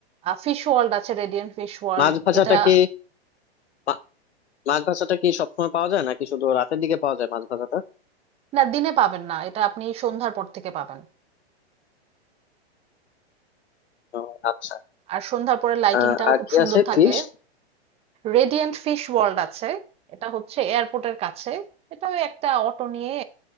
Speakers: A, on the right; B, on the left.
A: ফিশ ওয়ার্ল্ড আছে রেডিয়েন্ট ফিশ ওয়ার্ল্ড
B: মাছ ভাজাটা
A: এটা
B: কি মা- মাছ ভাজাটা কি সবসময় পাওয়া যায় নাকি শুধু রাতের দিকে পাওয়া যায় মাছ ভাজাটা
A: না দিনে পাবেন না এটা আপনি সন্ধ্যার পর থেকে পাবেন
B: ও, আচ্ছা
A: আর সন্ধ্যার পরে লাইটিংটাও
B: আহ, আর
A: খুব
B: কি
A: সুন্দর
B: আছে
A: থাকে
B: ফিশ
A: রেডিয়েন্ট ফিশ ওয়ার্ল্ড আছে এটা হচ্ছে এয়ারপোর্টের কাছে এটা ওই একটা অটো নিয়ে